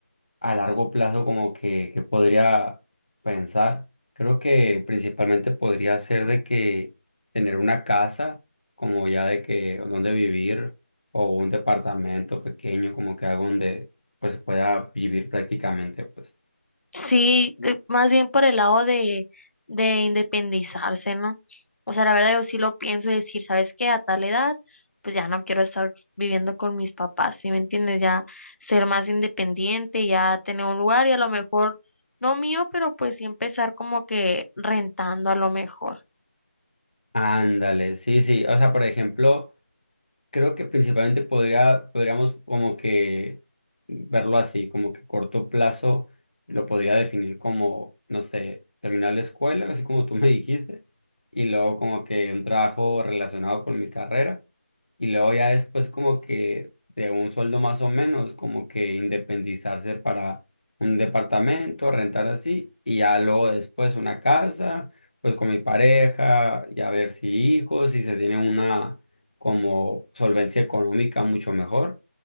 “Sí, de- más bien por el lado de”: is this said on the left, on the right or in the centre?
Left